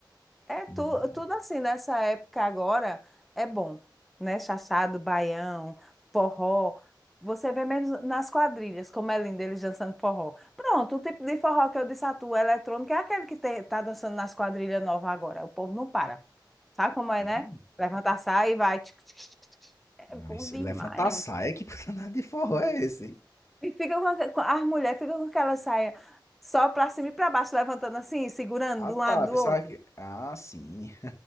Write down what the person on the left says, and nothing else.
Hum,
hum.
Mas
levanta a saia,
que <laughs> nada de forró é esse, hein?
Ah
tá,
pensava
que ah sim,